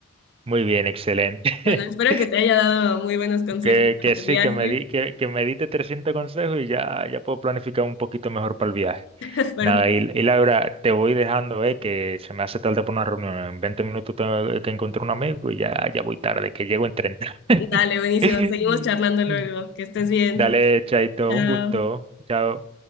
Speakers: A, on the right (about 25°); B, on the left (about 55°).
A: muy bien, excelente.
B: Bueno, espero
A: <laughs>
B: que te haya dado muy buenos consejos
A: Que, que
B: para tu
A: sí,
B: viaje.
A: que me di, que, que me diste 300 consejos y ya, ya puedo planificar un poquito mejor para el viaje.
B: <laughs> Perfecto.
A: Nada, y, y Laura, te voy dejando, eh, que se me hace tarde por una reunión. En 20 minutos tengo que encontrar un amigo y ya, ya voy tarde, que llego en 30
B: Dale, buenísimo.
A: <laughs>
B: Seguimos charlando luego. Que estés bien.
A: Dale, Chaito,
B: Chao.
A: un gusto. Chao.